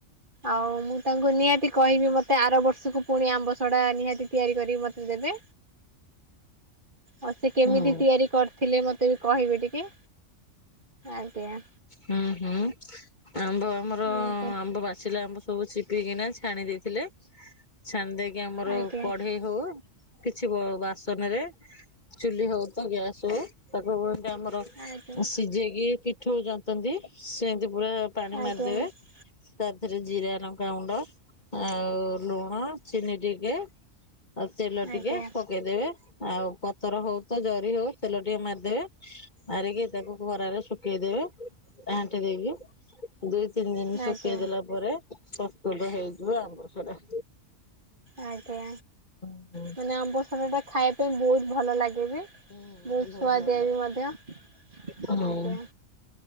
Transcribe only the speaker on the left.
ହୁଁ ହୁଁ।
ହୁଁ ହୁଁ ଆମ୍ବ ଆମର
ଆମ୍ବ ପାଚିଲା ଆମ୍ବ ସବୁ ଚି ପି କିନା ଛାଣି ଦେଇଥିଲେ। ଛାଣି ଦେଇକି ଆମର
କଢେଇ ହଉ କିଛି ବ ବାସନେରେ ଚୁଲି ହଉ ତ ଗ୍ୟାସ ହଉ ତାକୁ <unintelligible> ଆମର
ଉଁ ସିଜେଇକି ପିଠଉ ଜନ୍ତ୍ ତନ୍ତି ସେନ୍ତି ପୁରା ପାଣି
ମାରିଦେବେ ତାଧେରେ ଜିରା ଲଙ୍କା ଗୁଣ୍ଡା ଆଉ ଲୁଣ ଚିନି ଟିକେ ଆଉ ତେଲ
ଟିକେ ପକେଇଦେବେ। ଆଉ ପତର ହଉ ତ ଜରି ହଉ ତେଲ ଟିକେ ମାରିଦେବେ ମାରିକି ତାକୁ ଖରାରେ ଶୁକେଇଦେବେ ଘାଣ୍ଟି ଦେଇକି ଦୁଇ ତିନ ଦିନ ଶୁକେଇ
ଦେଲା ପରେ ପ୍ରସ୍ତୁତ ହେଇଯିବ ଆମ୍ବସଡା।
ଓହୋ।
ହୁଁ
ବହୁତ
ଭଲ ଲାଗେ।
ହଁ